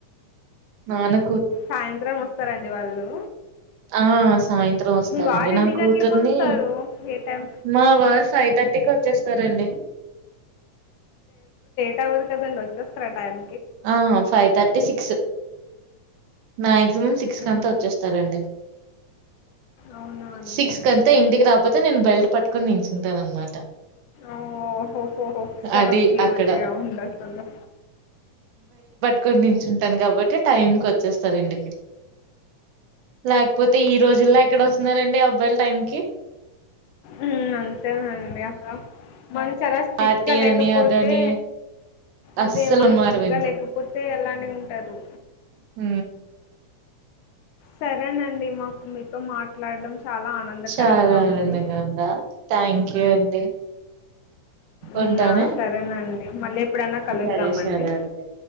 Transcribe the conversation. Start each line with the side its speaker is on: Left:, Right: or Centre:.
Right: నాను
Left: సాయంత్రం వస్తారండి వాళ్ళు
Right: ఆ సాయంత్రం వస్తారండి
Left: మీ వారు
Right: నా
Left: ఎన్ని
Right: కూతుర్ని
Left: గంటలకు వస్తారు ఏ టైం
Right: మా వారు ఫైవ్ థర్టీకి వచ్చేస్తారండి
Left: టవురు కదండి వచ్చేస్తారు టైమ్
Right: ఆ ఫైవ్ తర్టీ సిక్స్ నా ఎగ్ మినిమమ్ సిక్స్
Left: హుహు.
Right: కంతా వచ్చేస్తారండి
Left: అవునా అండి
Right: సిక్స్ కంతా ఇంటికి రాపోతే నేను బెల్ట్ పట్టుకొని నించుంటాను అనమాట
Left: ఓహోహోహో చాల
Right: అది
Left: క్యూట్
Right: అక్కడ
Left: గా ఉందసలు
Right: క్కడ నించుంటాను కాబట్టే టైమ్ చ్చేస్తారు ఇంటికి లేకపోతే ఈ రోజుల్లో ఎక్కడ వస్తున్నారండి అబ్బాయిలు టైం కే
Left: ఉమ్ అంతేనండి అక <inaudible> మ చాలా స్ట్రిక్ట్
Right: పార్టీ
Left: గా లేకపోతే
Right: అని అదని
Left: అదే
Right: అస్సలు
Left: మన
Right: మాట
Left: స్ట్రిక్ట్
Right: వినరు
Left: గా లేకపోతే అలానే ఉంటారు
Right: ఊ
Left: సరేనండి మాకు మీతో మాట్లాడం చాలా ఆనందకరంగా
Right: చాలా ఆనందంగా
Left: ఉంది
Right: ఉందా థ్యాంక్ యూ అండి ఉంటానే
Left: ఉమ్ ఆ సరేనండి మళ్ళీ ఎప్పుడైనా కలుద్దామండి
Right: సరే సరే అండి